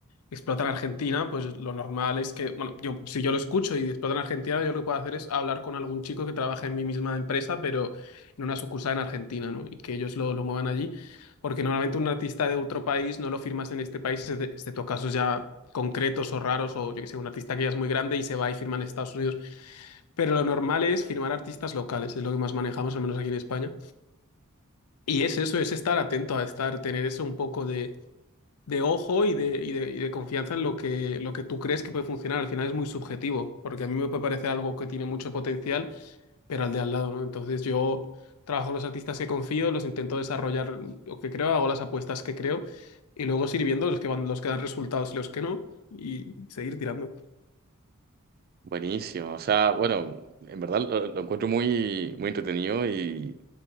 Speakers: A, on the left; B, on the right.
A: explotan a Argentina, pues lo normal es que, bueno, yo, si yo lo escucho y explotan a Argentina, yo lo que puedo hacer es hablar con algún chico que trabaja en mi misma empresa, pero en una sucursal en Argentina, ¿no? Y que ellos lo, lo muevan allí, porque normalmente un artista de otro país no lo firmas en este país, exce- excepto casos ya concretos o raros, o yo que sé, un artista que ya es muy grande y se va y firma en Estados Unidos. Pero lo normal es firmar artistas locales, es lo que más manejamos, al menos aquí en España. Y es eso, es estar atento a estar, tener eso un poco de de ojo y de, y de, y de confianza en lo que, lo que tú crees que puede funcionar. Al final es muy subjetivo, porque a mí me puede parecer algo que tiene mucho potencial, pero al de al lado, ¿no? Entonces yo trabajo con los artistas que confío, los intento desarrollar lo que creo, hago las apuestas que creo, y luego seguir viendo los que van, los que dan resultados y los que no, y seguir tirando.
B: Buenísimo, o sea, bueno, en verdad lo, lo encuentro muy, muy entretenido y,